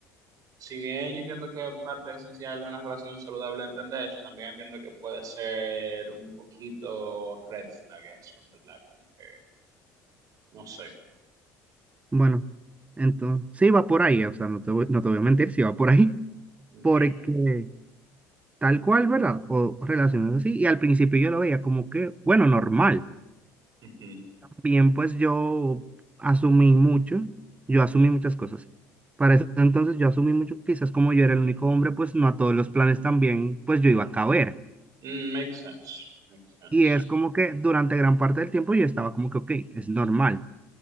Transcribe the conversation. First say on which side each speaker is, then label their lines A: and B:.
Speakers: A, on the right (about 55°); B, on the right (about 20°).
A: si bien yo entiendo que parte esencial de una relación saludable es entender eso, también entiendo que puede ser un poquito red flag eso, en ¿verdad? Como que, no sé,
B: bueno, entonces, sí va por ahí. O sea, no te voy, no te voy a mentir, sí va por ahí. <laughs>
A: ok.
B: Porque tal cual, ¿verdad? O relaciones así. Y al principio yo lo veía como que, bueno, normal.
A: Ujú.
B: Bien, pues yo asumí mucho, yo asumí muchas cosas. Para ese entonces yo asumí mucho, quizás como yo era el único hombre, pues no a todos los planes también, pues yo iba a caber.
A: Mm, makes sense, makes sense.
B: Y es como que durante gran parte del tiempo yo estaba como que, ok, es normal.